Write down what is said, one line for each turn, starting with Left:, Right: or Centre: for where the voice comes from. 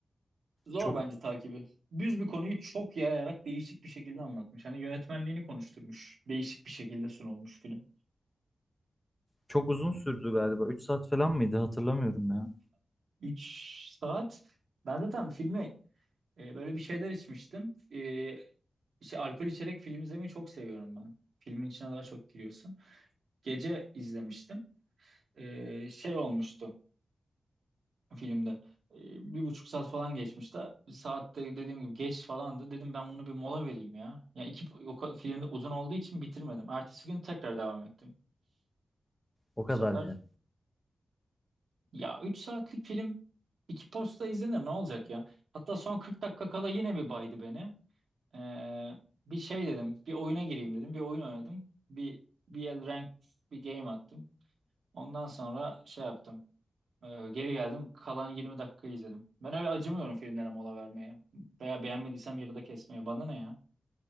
Right: Zor
Left: Çok
Right: bence takibi. Düz bir konuyu çok yayarak değişik bir şekilde anlatmış. Hani yönetmenliğini konuşturmuş. Değişik bir şekilde sunulmuş film.
Left: çok uzun sürdü galiba. Üç saat falan mıydı? Hatırlamıyorum ya.
Right: Üç saat. Ben zaten filmi e, böyle bir şeyler içmiştim. E, işte alkol içerek film izlemeyi çok seviyorum ben. Filmin içine daha çok giriyorsun. Gece izlemiştim. Ee, şey olmuştu filmde. Ee, bir buçuk saat falan geçmişti. Saatte dediğim gibi geç falandı. Dedim ben bunu bir mola vereyim ya. Yani iki o ka- film de uzun olduğu için bitirmedim. Ertesi gün tekrar devam ettim.
Left: O kadar
Right: Bu sefer
Left: yani.
Right: ya 3 saatlik film iki posta izlenir ne olacak ya? Hatta son 40 dakika kala yine bir baydı beni. Ee, bir şey dedim. Bir oyuna gireyim dedim. Bir oyun oynadım. Bir bir el rank bir game attım. Ondan sonra şey yaptım. Ee, geri geldim. Kalan 20 dakikayı izledim. Ben öyle acımıyorum filmlere mola vermeye. Veya beğenmediysem yarıda kesmeye. Bana ne ya?